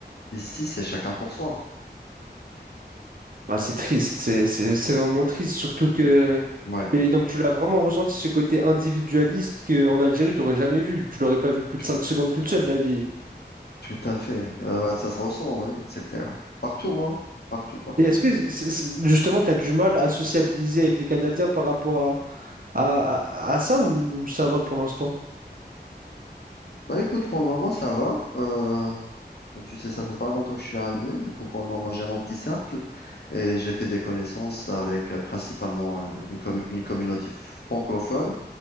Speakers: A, on the left (about 65°); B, on the right (about 50°).
A: Ici, c'est chacun pour soi.
B: Bah, c'est triste, c'est c'est- c'est vraiment triste, surtout que...
A: Ouais.
B: Et donc tu l'as vraiment ressenti ce côté individualiste qu'en Algérie, tu n'aurais jamais vu. Tu l'aurais pas vu plus
A: Tout,
B: de 5 secondes toute seule, la vie.
A: tout à fait. Euh, ouais, ça se ressent, oui, c'est clair. Partout, hein. Partout, partout.
B: Et est-ce que c'est- c'est- justement, tu as du mal à sociabiliser avec les Canadiens par rapport à, à, à- à ça ou ça va pour l'instant?
A: Bah écoute, pour le moment, ça va. Euh, Comme tu sais, ça fait pas longtemps que je suis arrivé. Du coup, pour le moment, j'ai mon petit cercle et j'ai fait des connaissances avec euh, principalement euh, une, com- une communauté francophone.